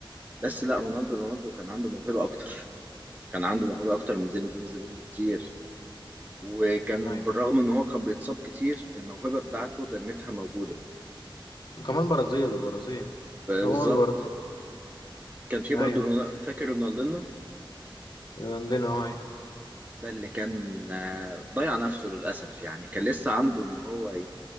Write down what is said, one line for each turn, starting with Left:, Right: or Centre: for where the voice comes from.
Right: بس لا رونالدو رونالدو كان عنده موهبة أكتر كان عنده موهبة أكتر من زين الدين زيدان بكتير وكان
Left: ايوه
Right: بالرغم إن هو كان بيتصاب كتير الموهبة بتاعته دنتها موجودة
Left: وكمان برازيل البرازيل
Right: بالظبط
Left: هو البرازيل
Right: كان في
Left: ايوه
Right: برضه رونا- فاكر رونالدينو
Left: رونالدينو هاي
Right: ده اللي كان آه، ضيع نفسه للأسف يعني كان لسه عنده إن هو ي...